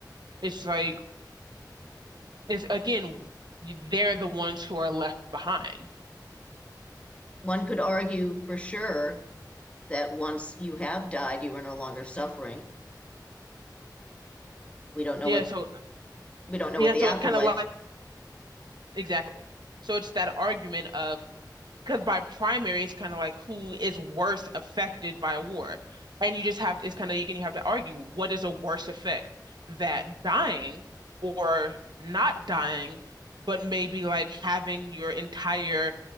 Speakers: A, on the right; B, on the left.
A: It's like it's again they're the ones who are left behind.
B: One could argue for sure that once you have died, you are no longer suffering. We don't know
A: Yeah,
B: what
A: so
B: we don't know
A: yeah,
B: what the
A: so
B: afterlife.
A: it's kind of like Exactly. So it's that argument of because by primary it's kind of like who is worse affected by war, and you just have to, it's kind of you can you have to argue what is a worse effect that dying or not dying, but maybe like having your entire